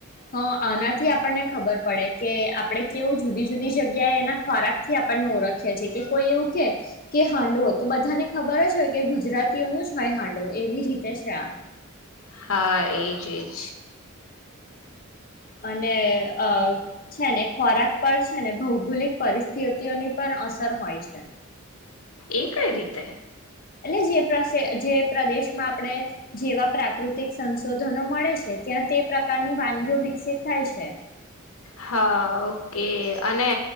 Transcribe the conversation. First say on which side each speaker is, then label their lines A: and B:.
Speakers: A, on the left; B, on the left.
A: હા આનાથી આપણને ખબર પડે કે આપણે કેવું જુદી જુદી જગ્યાએ એના ખોરાક થી આપણને ઓળખીએ છીએ કે કોઈ એવું કે કે હાંડવો તો બધાને ખબર જ હોય કે ગુજરાતીઓનું જ હોય હાંડવું એવી રીતે છે આ
B: હા એજ એજ.
A: અને અ છે ને ખોરાક પર છે ને ભૌગોલિક પરિસ્થિતિઓની પણ અસર હોય છે.
B: એ કઈ રીતે
A: એટ જે જે પ્રદેશમાં આપણે જેવા પ્રાકૃતિક સંશોધનો મળે છે ત્યાં તે પ્રકારનું વાનગી વિકસિત થાય છે.
B: હા ઓકે અને